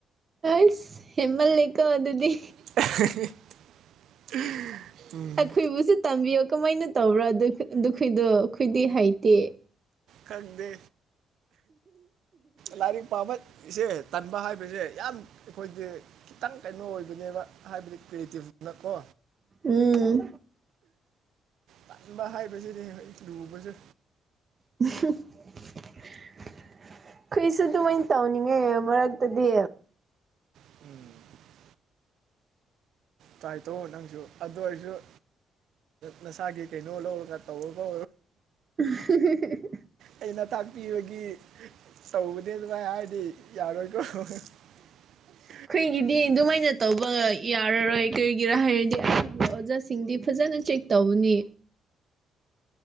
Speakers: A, on the right; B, on the right.
A: ꯑꯣꯏꯁ ꯍꯦꯃꯜꯂꯩꯀꯣ ꯑꯗꯨꯗꯤ
B: <unintelligible>
A: ꯈꯣꯏꯕꯨꯁꯨ ꯇꯝꯕꯤꯌꯣ ꯀꯃꯥꯏꯅ ꯇꯧꯕ꯭ꯔꯥ ꯑꯗꯨ ꯑꯗꯨ ꯈꯣꯏꯗꯣ ꯈꯣꯏꯗꯤ ꯍꯩꯇꯦ
B: ꯈꯪꯗꯦ ꯂꯥꯢꯔꯤꯛ ꯄꯥꯕ ꯏꯆꯦ ꯇꯟꯕ ꯍꯥꯏꯕꯁꯦ ꯌꯥꯝ ꯑꯩꯈꯣꯏꯗꯤ ꯈꯤꯇꯪ ꯀꯩꯅꯣ ꯑꯣꯏꯕꯅꯦꯕ ꯍꯥꯏꯕꯗꯤ ꯀ꯭ꯔꯤꯌꯦꯇꯤꯞꯅꯀꯣ
A: ꯎꯝ
B: ꯇꯟꯕ ꯍꯥꯏꯕꯁꯤꯅꯦ ꯂꯨꯕꯁꯦ
A: <unintelligible> ꯑꯩꯈꯣꯏꯁꯨ ꯑꯗꯨꯃꯥꯏꯅ ꯇꯧꯅꯤꯡꯉꯦ ꯃꯔꯛꯇꯗꯤ
B: ꯎꯝ ꯇ꯭ꯔꯥꯏ ꯇꯧꯑꯣ ꯅꯪꯁꯨ ꯑꯗꯨ ꯑꯣꯏꯔꯁꯨ ꯅꯁꯥꯒꯤ ꯀꯩꯅꯣ ꯂꯧꯔꯒ ꯇꯧꯔꯣꯀꯣ
A: <unintelligible>
B: ꯑꯩꯅ ꯇꯥꯛꯄꯤꯕꯒꯤ ꯇꯧꯕꯅꯦꯗꯅ ꯍꯥꯏꯔꯗꯤ ꯌꯥꯔꯣꯏꯀꯣ <inaudible>
A: ꯑꯩꯈꯣꯏꯒꯤꯗꯤ ꯑꯗꯨꯃꯥꯏꯅ ꯇꯧꯕ ꯌꯥꯔꯔꯣꯏ ꯀꯔꯤꯒꯤꯔꯥ ꯍꯥꯏꯔꯗꯤ ꯑꯣꯖꯥꯁꯤꯡꯗꯤ ꯐꯖꯅ ꯆꯦꯛ ꯇꯧꯕꯅꯤ